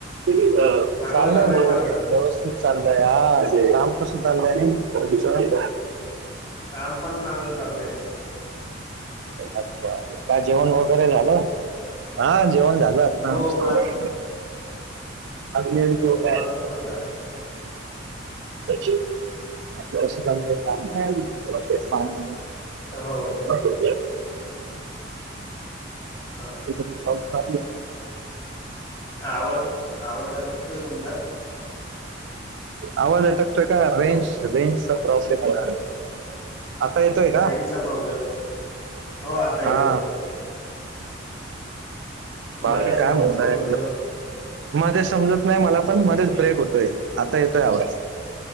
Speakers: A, on the right (about 65°); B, on the left (about 25°).
A: चाललंय
B: चांगलं चालू आहे
A: व्यवस
B: माझं
A: व्यवस्थित चाललंय. काय आवाजे काम कसं चाललंय आणि दुसरं
B: काम पण चांगलं चालूये.
A: अच्छा काय जेवण वगैरे झालं हा जेवण झालं. झालं
B: हो
A: आता
B: मा
A: अभी अभी जेवलाय.
B: हो आमचं पण झालं
A: कसं चाललंय काम काम?
B: हो
A: पाठवून द्या.
B: हा.
A: तेथे पाऊस चालूय.
B: आवाज आवाज अटकतोय तुमचा?
A: आवाज अटक तो का
B: हॅलो
A: रेंज रेंजचा प्रॉब्लेम आहे. आता येतोय
B: तर
A: का
B: रेंनजचा प्रॉब्लेम आहे हो आता येतोय.
A: हा
B: तेव्हा
A: बाकी
B: ते समजत
A: कायम म्हणताय.
B: नव्हतं व्यवस्थित
A: मध्ये समजत नाही मला पण मध्येच ब्रेक होतोय आता येतोय आवाज